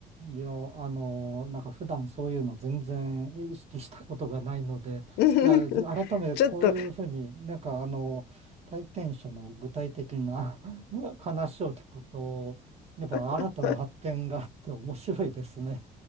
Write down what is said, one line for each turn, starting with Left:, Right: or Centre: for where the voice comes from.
Right: いや、あの、なんか普段そういうの全然意識したことがないので、
Left: <laughs>
Right: いや、改めてこういうふうに、
Left: ちょっと、
Right: なんかあの、体験者の具体的な <laughs> 話を聞くと、やっぱ新たな発見があって面白いですね。
Left: <laughs>